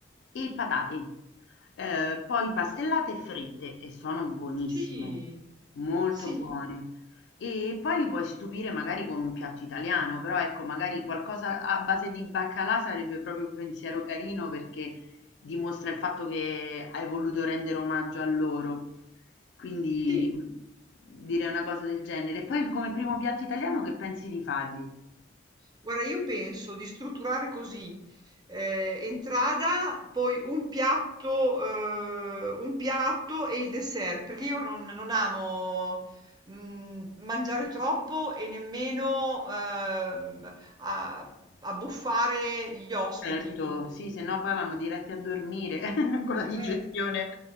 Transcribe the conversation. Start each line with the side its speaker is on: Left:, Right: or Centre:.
Left: e patate, ehm, poi pastellate e fritte e sono buonissime,
Right: sì,
Left: molto
Right: sì,
Left: buone. E poi li puoi stupire magari con un piatto italiano, però ecco, magari qualcosa a base di baccalà sarebbe proprio un pensiero carino perché dimostra il fatto che hai voluto rendere omaggio a loro. Quindi
Right: sì.
Left: direi una cosa del genere. E poi come primo piatto italiano che pensi di fargli?
Right: Guarda, io penso di strutturare così, eh, entrata, poi un piatto, eh, un piatto e il dessert, perché io non, non amo mm, mangiare troppo e nemmeno ehm, a- abbuffare gli ospiti.
Left: Certo, sì, se no poi vanno diretti a dormire <laughs> con la digestione
Right: Eh,